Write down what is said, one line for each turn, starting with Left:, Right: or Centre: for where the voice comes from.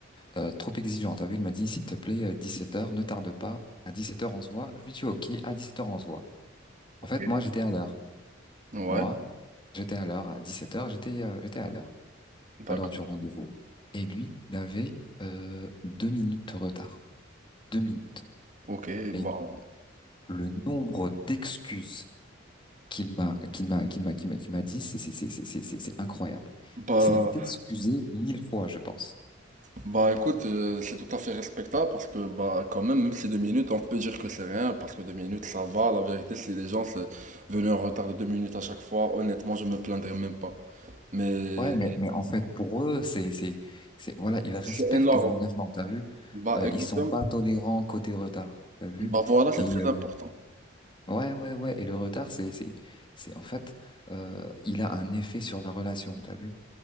Left: euh, trop exigeant. T'as vu? Il m'a dit, s'il te plaît, 17 heures, ne tarde pas. À 17 heures, on se voit. Je lui dis, OK, à 17 heures, on se voit.
Right: Ok.
Left: En fait, moi, j'étais à l'heure.
Right: Ouais.
Left: Moi, j'étais à l'heure. À 17 heures. j'étais euh, j'étais à l'heure.
Right: D'accord.
Left: À l'heure du rendez-vous. Et lui, il avait euh, deux minutes de retard. Deux minutes.
Right: Ok.
Left: Mais
Right: Bon.
Left: le nombre d'excuses qu'il m'a qu'il m'a qu'il m'a qu'il m'a qu'il m'a dit, c'est c'est c'est c'est c'est c'est- c'est incroyable.
Right: Bah,
Left: C'est excusé mille fois, je pense.
Right: bah écoute, euh, c'est tout à fait respectable parce que bah quand même, même si deux minutes, on peut dire que c'est rien, parce que deux minutes ça va. La vérité, si les gens sont venus en retard de deux minutes à chaque fois, honnêtement, je me plaindrais même pas. Mais
Left: Ouais, mais mais en fait, pour eux, c'est c'est c'est voilà, ils respectent
Right: c'est énorme.
Left: les engagements. T'as vu?
Right: Bah
Left: Euh,
Right: exactement.
Left: ils sont pas tolérants côté retard. T'as vu?
Right: Bah voilà, c'est
Left: Et
Right: très
Left: euh,
Right: important.
Left: Ouais, ouais, ouais. Et le retard, c'est, c'est, c'est, en fait, euh, il a un effet sur la relation, t'as vu?